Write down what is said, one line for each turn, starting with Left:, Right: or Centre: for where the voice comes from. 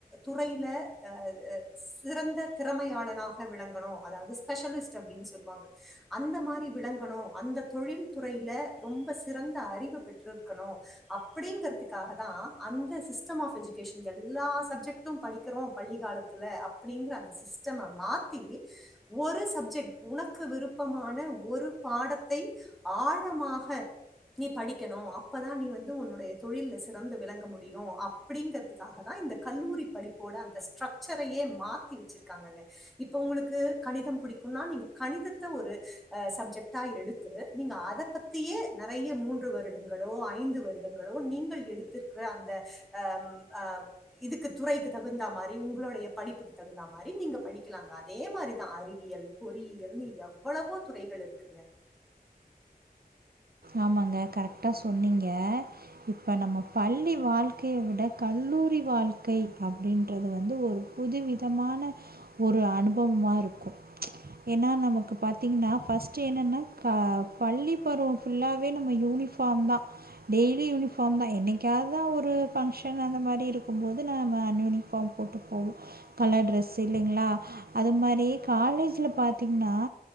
Centre: துறையில அ சிறந்த திறமையாளனாக விளங்கணு அதாவது ஸ்பெஷலிஸ்ட் அப்டின்னு சொல்லுவாங்க அந்த மாத்ரி ட்டி விளங்கனு அந்த தொழில் துறையில ரொம்ப சிறந்த அறிவு பெற்றிருக்கணு அப்டிங்குறதுக்காக தா அந்த சிஸ்டம் ஆஃப் எஜுகேஷன் எல்லா ஸப்ஜெக்டு படிக்கனு பள்ளி காலத்துல அப்டிங்கிற அந்த சிஸ்டம மாத்தி ஒரு சப்ஜெக்ட் உனக்கு விருப்பமான ஒரு பாடத்தை ஆழமாக நீ படிக்கணு அப்பதா நீ வந்து உன்னுடைய தொழில்ல சிறந்து விளங்க முடியு அப்படிங்கறுதுக்காக தா இந்த கல்லூரி படிப்போட அந்த ஸ்ட்ரக்சரையே மாத்தி வச்சிருக்காங்கங்க இப்ப உங்களுக்கு கணிதம் பிடிக்கும்னா நீங்க கணிதத்த ஒரு சப்ஜெக்ட்டா எடுத்து நீங்க அத பத்தியே நறையா மூன்று வருடங்களோ ஐந்து வருடங்களோ நீங்கள் எடுத்திருக்கிற அந்த ஆ இதுக்கு துறைக்கு தகுந்த மாரி உங்களுடைய படிப்புக்கு தகுந்தா மாரி நீங்க படிக்கலாங்க அதே மாரிதா அறிவியல் பொறியியல் நீ எவ்வளவோ துறைகள் இருக்குங்க
Right: ஆமாங்க கரெக்டா சொன்னீங்க இப்ப நம்ம பள்ளி வாழ்க்கைய விட கல்லூரி வாழ்க்கை அப்டின்றது வந்து ஒரு புதுவிதமான ஒரு அனுபவமா இருக்கு ஏன்னா நமக்கு பாத்தீங்கன்னா ஃபஸ்ட் என்னன்னா பள்ளி பருவம் ஃபுல்லாவே நம்ம யூனிஃபார்ம் தா டெய்லி யூனிஃபாம் தா என்னைக்காத் தா ஒரு ஃபங்க்ஷன் அந்த மாரி இருக்கும்போது நம்ம அன் யூனிஃபார்ம் போட்டு போவோ கலர் ட்ரெஸ்ஸு இல்லைங்களா அது மாதிரி காலேஜில பாத்தீங்கன்னா